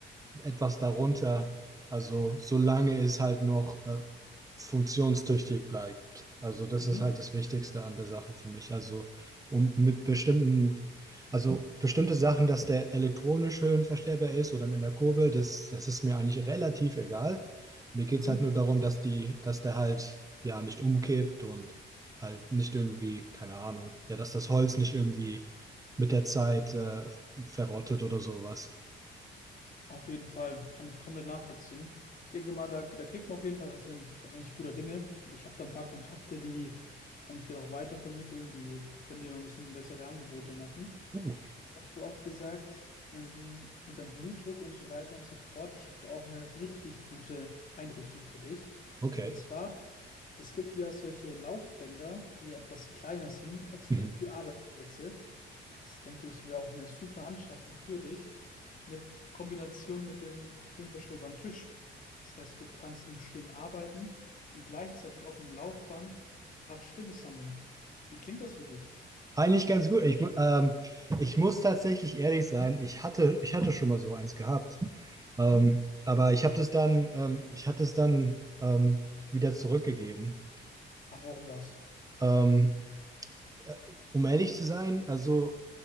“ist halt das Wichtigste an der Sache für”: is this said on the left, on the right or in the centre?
Right